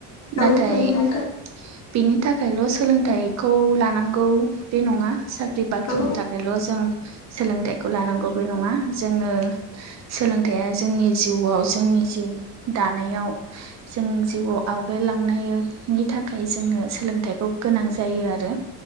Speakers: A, on the right; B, on the left.
A: नाथाय
B: औ नंगौ नोंथां
A: बेनि थाखायल' सोलोंथाइखौ लानांगौ बे नङा साख्रि साख्रि बाख्रिनि
B: औ
A: थाखायल' जों सोलोंथायाइखौ लानांगौ बे नङा। जोङो सोलोंथाइया जोंनि जिउआव जोंनि जिउ दानायाव जों जिउआव आवगायलांनायनि थाखाय जोंनो सोलोंथायाइखौ गोनां जायो आरो